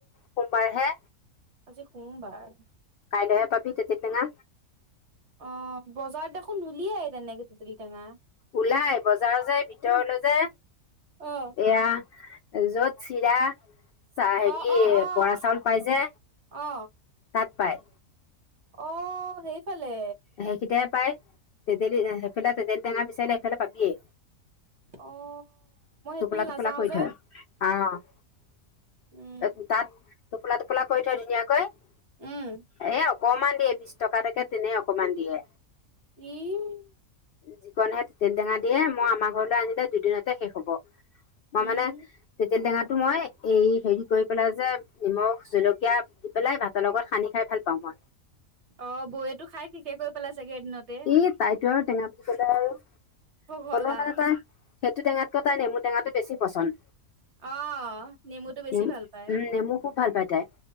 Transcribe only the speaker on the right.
আজি সোমবাৰ?
অ' বজাৰত দেখোন নোলিয়াই তেনেকে তেঁতেলী টেঙা।
অ
অ অ অ
অ
অ' সেইফালে।
অ মই সেইফালে
নাযাও
যে
উম
উম
ই
উম
অ' বৌয়েতো খাই শেষ কৰি পেলাই চাগে এদিনতে।
পগলা
অ', নেমুটো বেছি
ভালপায়,